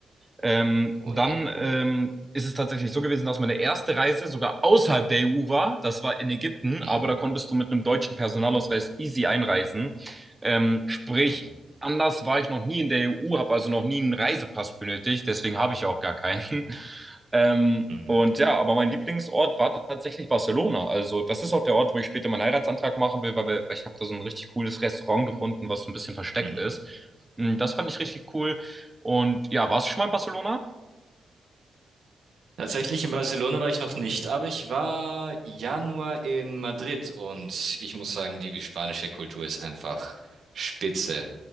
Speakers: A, on the right; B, on the right.
A: Ähm,
B: Oh
A: dann
B: je.
A: ähm, ist es tatsächlich so gewesen, dass meine erste Reise sogar außerhalb der EU war. Das war in Ägypten,
B: Mhm.
A: aber da konntest du mit einem deutschen Personalausweis
B: Oh.
A: easy einreisen. Ähm, sprich,
B: Mhm.
A: anders war ich noch nie in der EU, habe also noch nie einen Reisepass benötigt, deswegen habe ich auch gar keinen. <laughs> Ähm,
B: Mhm.
A: und ja, aber mein Lieblingsort war tatsächlich Barcelona. Also das ist auch der Ort, wo ich später meinen Heiratsantrag machen will, weil wir, weil ich habe da so ein richtig cooles Restaurant gefunden, was so ein bisschen versteckt
B: Mhm.
A: ist. Mm, Das fand ich richtig cool. Und ja, warst du schon mal in Barcelona?
B: Tatsächlich in Barcelona war ich noch nicht, aber ich war Januar in Madrid und ich muss sagen, die spanische Kultur ist einfach spitze.